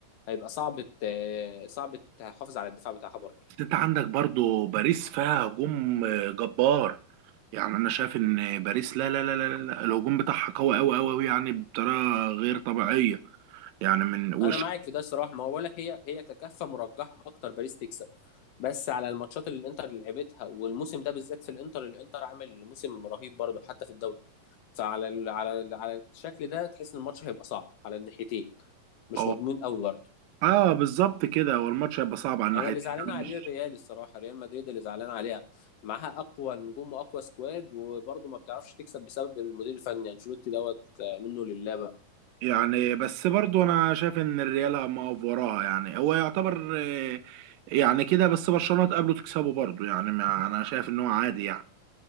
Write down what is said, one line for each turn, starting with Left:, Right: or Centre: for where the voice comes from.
Left: هيبقى صعب ت- صعب تحافظ على الدفاع بتاعها برضه
Right: بس انت عندك برضو باريس فيها هجوم آه، جبار يعني انا شايف ان باريس لا لا لا لا لا الهجوم بتاعها قوي قوي قوي قوي يعني بطريقه غير طبيعيه يعني من وش
Left: انا معاك في ده الصراحه ما هو بقول لك هي هي ككفه مرجحه اكتر باريس تكسب بس على الماتشات اللي الانتر اللي لعبتها والموسم ده بالذات في الانتر الانتر عامل موسم رهيب برضه حتى في الدوري فعلى ال على ال على الشكل ده تحس ان الماتش هيبقى صعب على الناحيتين مش
Right: اه
Left: مضمون قوي برضه
Right: اه بالظبط كده هو الماتش هيبقى صعب على الناحيتين
Left: انا اللي زعلان عليه
Right: مش-
Left: الريال الصراحه ريال مدريد اللي زعلان عليها معاها اقوى نجوم واقوى سكواد وبرضه ما بتعرفش تكسب بسبب المدير الفني انشيلوتي دوت آه، منه لله بقى
Right: يعني بس برضو انا شايف ان الريال ما وراها يعني هو يعتبر آه، يعني كده بس برشلونه تقابله تكسبه برضو يعني ما انا شايف ان هو عادي يعني